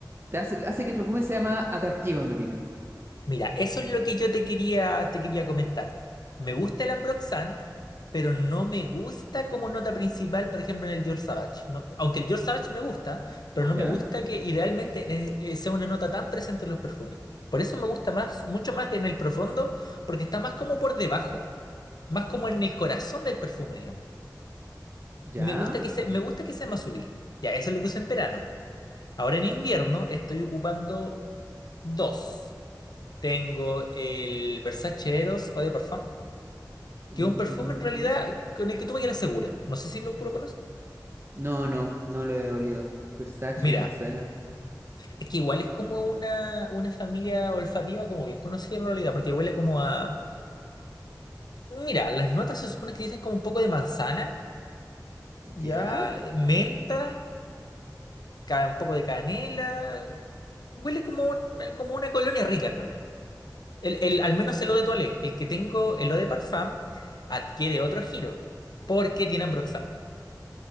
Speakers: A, on the right; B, on the left.
A: te hace, hace que el perfume sea más atractivo, en mi opinión.
B: Mira, eso es lo que yo te quería, te quería comentar. Me gusta el Ambroxan, pero no me gusta como nota principal, por ejemplo, en el Dior Sauvage. No- aunque el Dior Sauvage me gusta, pero no
A: ¿Ya?
B: me gusta que idealmente eh, eh, sea una nota tan presente en los perfumes. Por eso me gusta más, mucho más en el profundo, porque está más como por debajo, más como en el corazón del perfume, digamos.
A: ¿Ya?
B: Me gusta que sea, me gusta que sea más sutil. Ya, eso es lo que uso en verano. Ahora en invierno estoy ocupando dos. Tengo el Versace Eros Eau de Parfum,
A: Mm,
B: que es un perfume en realidad
A: ¿Ya?
B: con el que tuve que la segura. No sé si lo- tú lo conoces.
A: No, no, no lo he olido. Versace
B: Mira,
A: no me suena.
B: es que igual es como una, una familia olfativa como bien conocida en realidad, porque huele como a... Mira, las notas se supone que dicen como un poco de manzana,
A: ¿Ya?
B: ya, eh, menta, ca- un poco de canela. Huele como una, como una colonia rica en realidad. El, el, al menos el eau de toilette, el que tengo, el eau de parfum, adquiere otro giro, porque tiene ambroxan.